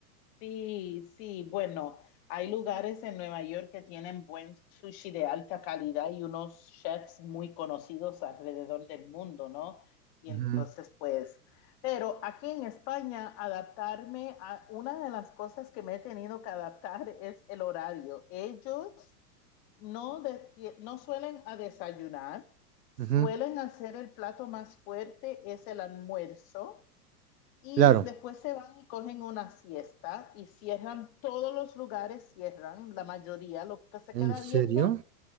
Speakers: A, on the left; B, on the right.
A: Sí, sí, bueno, hay lugares en Nueva York que tienen buen sushi de alta calidad y unos chefs muy conocidos alrededor del mundo, ¿no? Y
B: Ujú,
A: entonces, pues, pero aquí en España, adaptarme a una de las cosas que me he tenido que adaptar es el horario. Ellos no, de- ti- no suelen a desayunar, suelen
B: ujú,
A: hacer el plato más fuerte, es el almuerzo. Y
B: Claro,
A: después se van y cogen una siesta y cierran todos los lugares, cierran la mayoría, lo que se
B: ¿en
A: queda
B: serio?
A: abierto